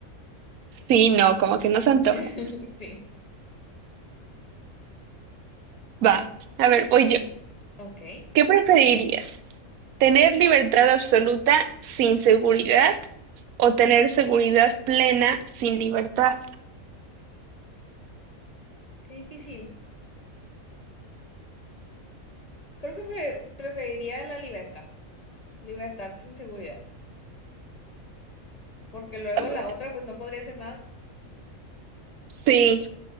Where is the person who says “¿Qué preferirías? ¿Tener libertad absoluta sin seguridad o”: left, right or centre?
Right